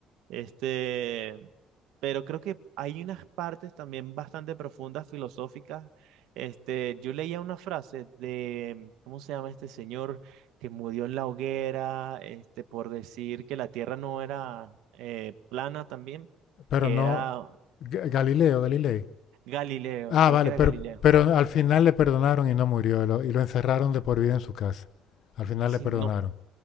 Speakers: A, on the right; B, on the left.
A: Este, pero creo que hay unas partes también bastante profundas, filosóficas. Este, yo leía una frase de, ¿cómo se llama este señor que murió en la hoguera, este, por decir que la Tierra no era eh, plana también,
B: Pero
A: que
B: no.
A: era
B: Galileo, Galilei.
A: Galileo,
B: Ah,
A: creo
B: vale,
A: que era
B: pero,
A: Galileo.
B: pero al final le perdonaron y no murió. lo- y lo encerraron de por vida en su casa. Al final
A: Si
B: le perdonaron.
A: no,